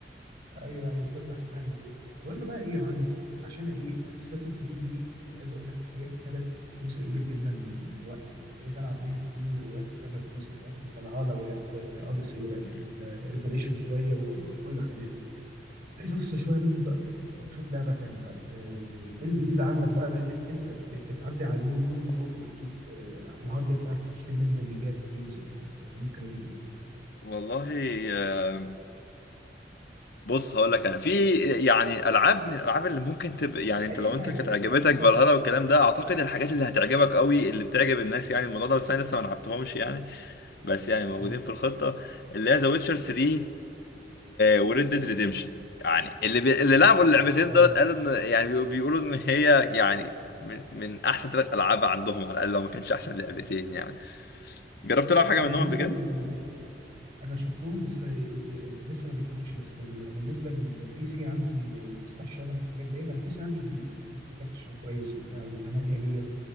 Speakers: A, on the right; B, on the left.
A: ايوه ايوه كل حاجه موجوده المهم بقى ايه يا معلم عشان ايه اساسن كريد دي عايز اقول لك إن هي خدت جزء كبير جدا من من وقتي يعني بقيت العب بيها كتير ولعبت كذا جزء ولعبت فالهالا ولعبت اوديسي ولعبت
B: <laughs>
A: ريفيليشن شويه وكل الحاجات دي عايز افصل شويه منهم بقى واشوف لعبه تانية بقى ت... ت... ايه الجديد عندك بقى بما انك انت بت- بتعدي على المول كل يوم وبتجيب آه، الهارد بتاعك بتشتري منه جيجات جيمز وبتاع فممكن اجيب ايه
B: والله آه، بص هقول لك انا في يعني العاب من الالعاب اللي ممكن تبقى يعني انت
A: اي
B: لو
A: حاجه
B: انت كانت عجبتك
A: اي حاجه
B: فالهالا والكلام ده اعتقد الحاجات اللي هتعجبك قوي اللي بتعجب الناس يعني الموضوع ده بس انا لسه ما لعبتهمش يعني بس يعني موجودين
A: مم.
B: في الخطة اللي هي ذا ويتشر 3 وريد ديد ريديمشن يعني اللي بي... اللي لعبوا اللعبتين
A: اه آه.
B: دولت قالوا ان يعني بيقو- بيقولوا ان هي يعني من, من احسن ثلاث العاب عندهم على الاقل لو ما كانش احسن لعبتين يعني جربت تلعب
A: بس
B: حاجه
A: بالنسبه
B: منهم قبل كده؟
A: لل... لل... انا شفتهم بس آه، آه، لسه ما جبتهمش بس ال... بالنسبه لل- للبي سي عندي آه، يستاهل يشتغل الحاجات ديت انا البي سي عندي جديد يعني عندي كارت شغال كويس وبتاع و8 جيجا